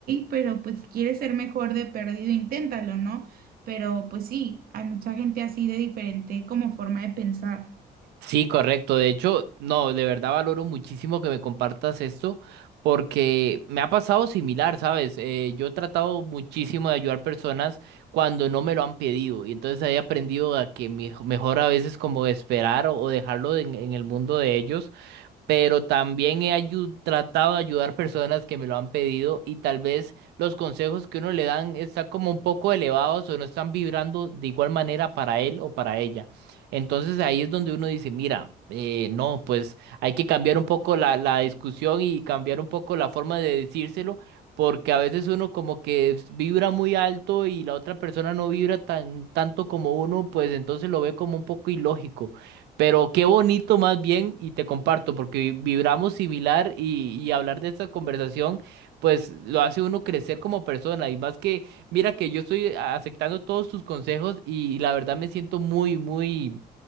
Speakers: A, on the right; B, on the right.
A: pero pues si quieres ser mejor de perdido, inténtalo, ¿no? Pero pues sí, hay mucha gente así de diferente como forma de pensar.
B: Sí, correcto. De hecho, no, de verdad valoro muchísimo que me compartas esto porque me ha pasado similar, ¿sabes? Eh, yo he tratado muchísimo de ayudar personas cuando no me lo han pedido y entonces he aprendido a que mi- mejor a veces como esperar o, o dejarlo en, en el mundo de ellos pero también he ayu- tratado de ayudar personas que me lo han pedido y tal vez los consejos que uno le dan están como un poco elevados o no están vibrando de igual manera para él o para ella. Entonces ahí es donde uno dice, mira, eh, no, pues hay que cambiar un poco la, la discusión y cambiar un poco la forma de decírselo, porque a veces uno como que vibra muy alto y la otra persona no vibra tan tanto como uno, pues entonces lo ve como un poco ilógico. Pero qué bonito más bien, y te comparto, porque vi- vibramos similar y, y hablar de esta conversación, pues lo hace uno crecer como persona. Y más que, mira que yo estoy a- aceptando todos tus consejos y, y la verdad me siento muy, muy,